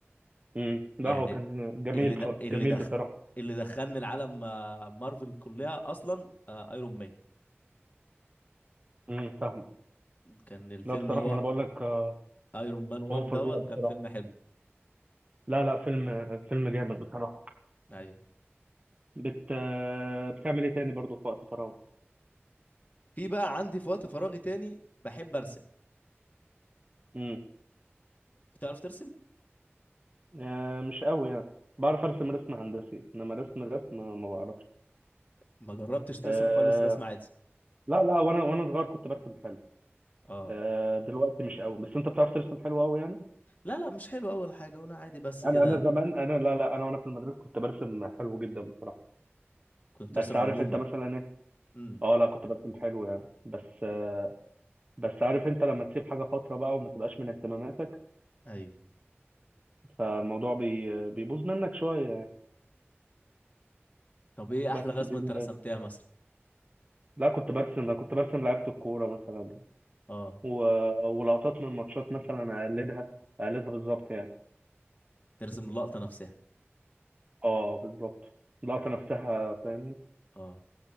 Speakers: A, on the right; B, on the left.
A: امم
B: يعني
A: ده هو كان جميل
B: اللي
A: بص-
B: ده اللي
A: جميل
B: دخل
A: بصراحه
B: اللي دخلني العالم آه، مارفل كلها اصلا آه، ايرون مان
A: امم فاهمك
B: كان الفيلم
A: لا بصراحه
B: اللي هو
A: ما انا بقول لك آه،
B: ايرون مان 1
A: هو فظيع
B: دوت
A: بصراحه
B: كان فيلم حلو
A: لا لا فيلم فيلم جامد بصراحه
B: ايوه
A: بت آه، بتعمل ايه تاني برضه في وقت فراغ
B: في بقى عندي في وقت فراغي تاني بحب ارسم
A: امم
B: بتعرف ترسم
A: آه، مش قوي يعني بعرف ارسم رسم هندسي انما رسم رسم ما بعرفش
B: ما جربتش ترسم
A: آه
B: خالص رسم عادي
A: لا لا وانا وانا صغير كنت برسم حلو
B: اه
A: آه دلوقتي مش قوي بس انت بتعرف ترسم حلو قوي يعني
B: لا لا مش حلو اول حاجه وانا عادي بس
A: انا
B: كده
A: انا زمان انا لا لا انا وانا في المدرسه كنت برسم حلو جدا بصراحه
B: كنت بترسم
A: بس عارف
B: عموما
A: انت مثلا ايه
B: امم
A: اه لا كنت برسم حلو يعني بس آه بس عارف انت لما تسيب حاجه فتره بقى وما تبقاش من اهتماماتك
B: ايوه
A: فالموضوع بي بيبوظ منك شويه يعني.
B: طب ايه احلى
A: بس
B: رسمه
A: دي
B: انت
A: ال...
B: رسمتها مثلا
A: لا كنت برسم انا كنت برسم لعيبه الكوره مثلا
B: اه
A: و... ولقطات من ماتشات مثلا اقلدها اقلدها بالظبط يعني
B: ترسم اللقطه نفسها
A: اه بالظبط اللقطه نفسها فاهم
B: اه